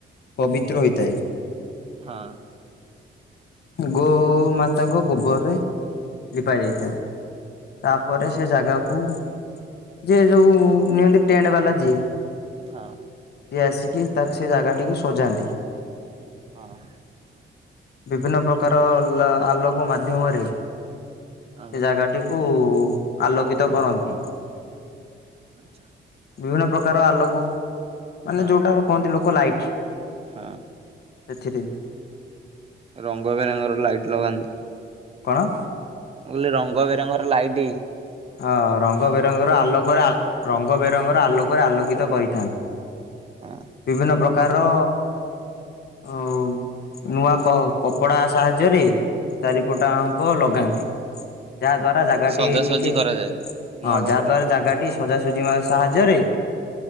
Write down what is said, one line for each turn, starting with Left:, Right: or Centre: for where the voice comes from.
Left: ପବିତ୍ର ହୋଇଥାଏ।
Right: ହଁ।
Left: ଗୋମାତାଙ୍କ ଗୋବରରେ ଲିପା ଯାଇଥାଏ ତାପରେ
Right: ହଁ
Left: ସେ ଜାଗାକୁ ଯିଏ ଯୋଉ ନିଅନ୍ତି ଟେଣ୍ଟ ବାଲା ଯିଏ
Right: ହଁ।
Left: ସିଏ ଆସିକି ତା ସେ ଜାଗାଟିକୁ ସଜାନ୍ତି।
Right: ହଁ।
Left: ବିଭିନ୍ନ ପ୍ରକାର ଲ ଆଲୋକ ମାଧ୍ୟମରେ ସେ
Right: ହଁ
Left: ଜାଗାଟି କୁ ଆଲୋକିତ କରନ୍ତି।
Right: ଆଚ୍ଛା।
Left: ବିଭିନ୍ନ ପ୍ରକାର ଆଲୋକ ମାନେ
Right: ହଁ
Left: ଯୋଉଟା କହନ୍ତି ଲୋକ ଲାଇଟ।
Right: ହଁ।
Left: ଏଥିରେ
Right: ରଙ୍ଗ ବେରଙ୍ଗର ଲାଇଟ୍ ଲଗାନ୍ତି।
Left: କଣ?
Right: ମୁଁ କହିଲି ରଙ୍ଗ ବେରଙ୍ଗର ଲାଇଟି।
Left: ହଁ ରଙ୍ଗ ବେରଙ୍ଗର ଆଲୋକରେ ଆ ରଙ୍ଗ ବେରଙ୍ଗର ଆଲୋକରେ ଆଲୋକିତ କରିଥାନ୍।
Right: ହଁ
Left: ବିଭିନ୍ନ ପ୍ର କାର ଅଁ ନୂଆ କ କପଡ଼ା ସାହାଯ୍ୟରେ ଚାରିପଟାଙ୍କ ଲଗାନ୍ତି। ଯାହା ଦ୍ଵାରା ଜାଗାଟି
Right: ସଜାସଜି
Left: ଟିକେ
Right: କରାଯାଏ।
Left: ହଁ
Right: ନୂଆ କପଡା
Left: ଯାହା ଦ୍ଵାରା ଜାଗାଟି ସଜାସଜି ମା ସାହାଯ୍ୟରେ